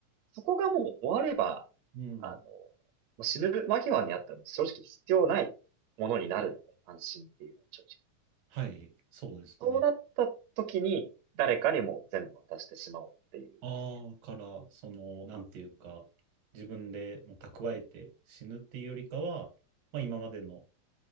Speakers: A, on the right; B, on the right.
A: そこがもう終われば、
B: うん。
A: あの、もう死ぬ間際にあったらもう正直必要ないものになるので、安心っていうのは正直。
B: はい。そうですね。
A: そうなった時に、誰かにもう全部渡してしまおうっていう。
B: ああ、から、その、なんていうか、自分でもう蓄えて死ぬっていうよりかは、まあ今までの、